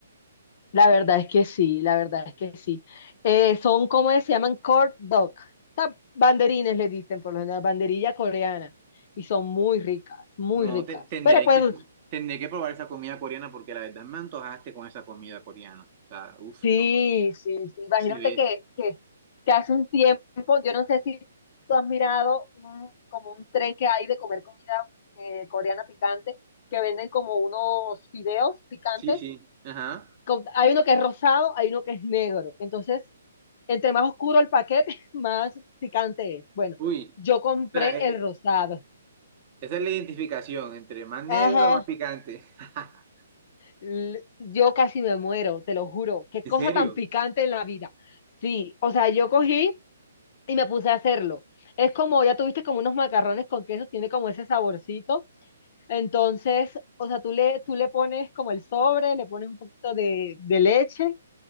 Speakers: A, on the left; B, on the right.
A: la verdad es que sí, la verdad es que sí. Eh, son como se llaman corn dog. O banderines le dicen, por lo general, banderilla coreana. Y son muy ricas, muy
B: No,
A: ricas.
B: te- tendré
A: Pero pues,
B: que, tendré que probar esa comida coreana porque la verdad me antojaste con esa comida coreana. O sea, uff,
A: Sí,
B: no.
A: sí, sí. Imagínate
B: Si ves.
A: que, que, que hace un tiempo, yo no sé si tú has mirado un- como un tren que hay de comer comida eh, coreana picante, que venden como unos fideos picantes.
B: Sí, sí, ajá.
A: con- hay uno que es rosado, hay uno que es negro. Entonces, entre más oscuro el paquete, <laughs> más picante es. Bueno,
B: Uy,
A: yo compré
B: o sea, eh,
A: el rosado.
B: eh, esa es la identificación entre más negro,
A: Ajá.
B: más picante. <laughs>
A: L- Yo casi me muero, te lo juro. Qué
B: ¿En
A: cosa
B: serio?
A: tan picante en la vida. Sí, o sea, yo cogí y me puse a hacerlo. Es como, ya tuviste como unos macarrones con queso, tiene como ese saborcito. Entonces, o sea, tú le, tú le pones como el sobre, le pones un poquito de, de leche